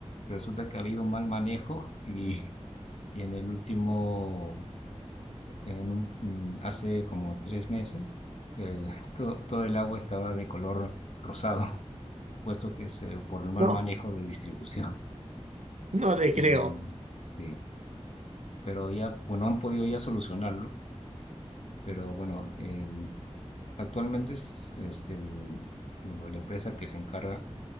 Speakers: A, on the left; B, on the right.
A: Pero resulta que ha habido un mal manejo y, y en el último, en un- mm, hace como tres meses, el- to- todo el agua estaba de color rosado, <laughs> puesto que es eh, por el mal
B: No,
A: manejo de distribución.
B: no te
A: Y
B: creo.
A: sí. pero ya, bueno, han podido ya solucionarlo, pero bueno, el- actualmente es este, el- bueno, la empresa que se encarga,